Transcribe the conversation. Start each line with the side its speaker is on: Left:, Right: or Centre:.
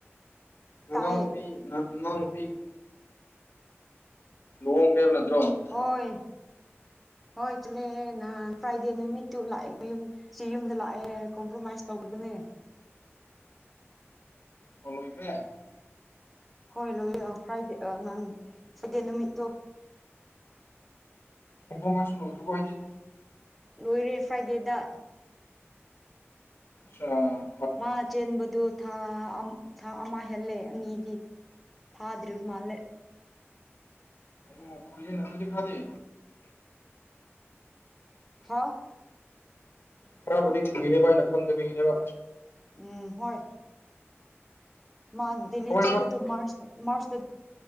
Left: ꯅꯅꯥꯎ
Centre: ꯇꯥꯏꯌꯦ
Left: ꯅꯨꯄꯤ ꯅ ꯅꯅꯥꯎ ꯅꯨꯄꯤꯒ__ ꯂꯨꯍꯣꯡꯈ꯭ꯔꯦꯕ ꯅꯠꯇ꯭ꯔꯣ ꯑꯣ
Centre: ꯍꯣꯏ ꯍꯣꯏ ꯆꯠꯂꯦ ꯅꯍꯥꯟ ꯐ꯭ꯔꯥꯏꯗꯦ ꯅꯨꯃꯤꯠꯇꯨ ꯂꯥꯛꯑꯦ ꯌꯨꯝ ꯁꯤ ꯌꯨꯝꯗ ꯂꯥꯛꯑꯦ ꯀꯣꯝꯄ꯭ꯔꯣꯃꯥꯏꯁ ꯇꯧꯕꯗꯨꯅꯦ
Left: ꯍꯜꯂꯣ ꯏꯕꯦ
Centre: ꯍꯣꯏ ꯂꯣꯏꯌꯦ ꯑꯥ ꯐ꯭ꯔꯥꯏꯗꯦ ꯑꯥ ꯅꯪ ꯁꯥꯟꯗꯦ ꯅꯨꯃꯤꯠꯇꯣ
Left: <unintelligible> ꯂꫭꯏꯗꯨꯔꯕꫭ ꯍꯥꯏꯗꯤ
Centre: ꯂꯣꯏꯔꯦ ꯐ꯭ꯔꯥꯏꯗꯦꯗ
Left: ꯆꯥ
Centre: ꯃꯥ ꯆꯦꯟꯕꯗꯨ ꯊꯥ ꯑꯥꯝ ꯊꯥ ꯑꯃ ꯍꯦꯜꯂꯦ ꯑꯅꯤꯗꯤ ꯐꯥꯗ꯭ꯔꯤꯕ ꯃꯥꯜꯂꯦ
Left: ꯑꯣ ꯀꯨꯏꯔꯦꯅ ꯑꯗꯨꯗꯤ ꯈꯥꯔꯗꯤ
Centre: <unintelligible>
Left: ꯈꯔꯕꯨꯗꯤ ꯀꯨꯏꯔꯦꯕ ꯑꯩꯅ ꯈꯪꯗꯕꯒꯤꯅꯦꯕ
Centre: ꯎꯝ ꯍꯣꯏ ꯃꯥ ꯗꯦꯜꯂꯤ
Left: ꯀꯃꯥꯏ
Centre: ꯆꯠꯄꯗꯣ
Left: ꯀꯃꯥꯏ
Centre: ꯃꯥꯔꯁ ꯃꯥꯔꯁꯇ